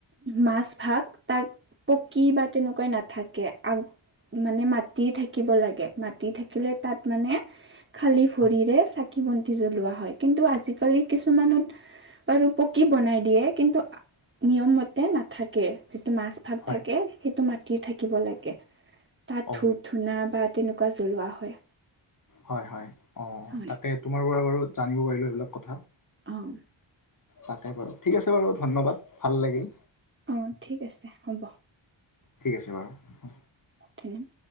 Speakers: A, on the right; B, on the left.
A: মাছ ভাত, তাক পকী বা তেনেকুৱাই নাথাকে। আগ মানে মাটি থাকিব লাগে মাটি থাকিলে তাত মানে খালী ভৰিৰে
B: হয় হয়
A: চাক কী বন্তি জ্বলোৱা হয়। কিন্তু আজিকালি কিছুমানত বাৰু পকী বনাই দিয়ে। কিন্তু নিয়ম মতে নাথাকে সেইতো মা
B: হয়
A: থাকে সেইটো মাটি থাকিব লাগে, তাত
B: অ
A: ধূপ ধূনা বা তেনেকুৱা জ্বলোৱা হয়।
B: হয় হয় অ
A: হয়
B: তাকে তোমাৰ পৰা বাৰু জানিব পাৰিলো এইবিলাক কথা।
A: উম।
B: তাকে বাৰু, ঠিক আছে বাৰু। ধন্যবাদ ভাল লাগিল।
A: অ' ঠিক আছে হ'ব।
B: ঠিক আছে বাৰু।
A: ধন্যবাদ